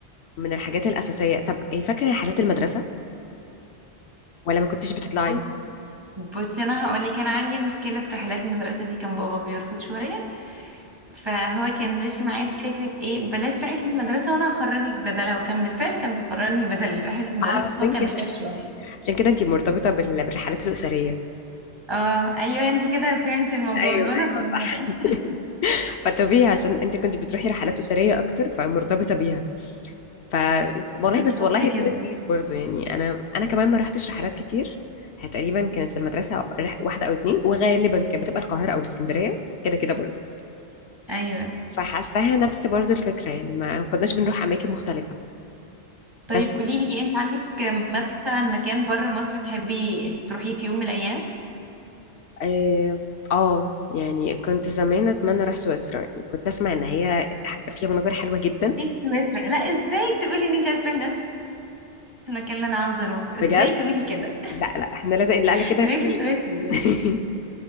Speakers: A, on the left; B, on the right.
A: من الحاجات الأساسية طب يعني فاكرة رحلات المدرسة ولا ما كنتش بتطلعي
B: بص بصي انا هقول لك انا عندي مشكله في رحلات المدرسه دي كان بابا بيرفض شويه فهو كان ماشي معايا في فكره ايه بلاش رحله المدرسه وانا هخرجك بدلها وكان بالفعل كان بيخرجني بدل رحله المدرسه
A: آه،
B: بس
A: عشان
B: هو كان
A: كده
B: بيخاف شويه
A: عشان كده انت مرتبطة بال- بالرحلات الأسرية
B: اه ايوه انت كده فهمتي الموضوع
A: ايوه
B: من وانا
A: ايوه
B: صغيره <laughs>
A: صح <laughs> فطبيعي عشان انت كنت بتروحي رحلات أسرية أكتر فمرتبطة بيها ف والله
B: بالظبط
A: بس والله
B: كده
A: ده لذيذ برضو يعني أنا أنا كمان ما رحتش رحلات كتير هي تقريبا كانت في المدرسة أو- رح- واحدة أو اتنين وغالبا كانت بتبقى القاهرة أو الإسكندرية كده كده برضو
B: ايوه
A: فحاساها نفس برضو الفكرة يعني ما كناش بنروح أماكن مختلفة
B: طيب
A: بس
B: قوليلي انت عندك مثلا مكان بره مصر تحبي تروحيه في يوم من الايام
A: اه آه، يعني كنت زمان اتمنى اروح سويسرا يعني كنت اسمع ان هي فيها مناظر حلوة جدا
B: ليه سويسرا لا ازاي تقولي ان انت عايزه تروحي نفس المكان اللي انا عاوزه اروحه ازاي
A: بجد
B: تقولي كده
A: لا لا احنا لازم لا
B: <laughs>
A: لا كده
B: الريف
A: في
B: السويسري يعني
A: <laughs>